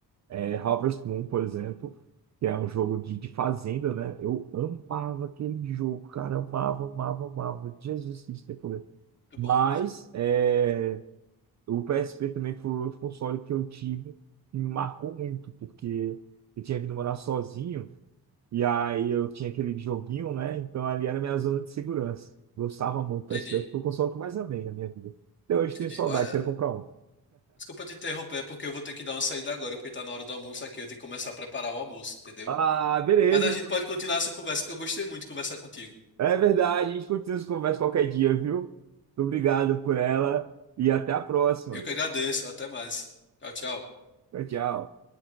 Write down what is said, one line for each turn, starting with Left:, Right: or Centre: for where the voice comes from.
Right: É, Harvest Moon, por exemplo, que é um jogo de, de fazenda, né? Eu amava aquele jogo, cara, amava, amava, amava. Jesus Cristo tem poder.
Left: Muito
Right: Mas,
Left: bom.
Right: é, o PSP também foi outro console que eu tive que me marcou muito, porque eu tinha vindo morar sozinho e aí eu tinha aquele joguinho, né? Então ali era a minha zona de segurança. Gostava muito do PSP,
Left: Entendi.
Right: porque foi o console que eu mais amei na minha vida. Até hoje
Left: Entendi.
Right: tenho saudade,
Left: Olha,
Right: quero comprar um.
Left: desculpa te interromper, porque eu vou ter que dar uma saída agora, porque tá na hora do almoço aqui. Eu tenho que começar a preparar o almoço, entendeu?
Right: Ah, beleza.
Left: Mas a gente pode continuar essa conversa, que eu gostei muito de conversar contigo.
Right: É verdade, a gente continua essa conversa qualquer dia, viu? Muito Obrigado por ela e até a próxima.
Left: Eu que agradeço. Até mais. Tchau, tchau.
Right: Tchau, tchau.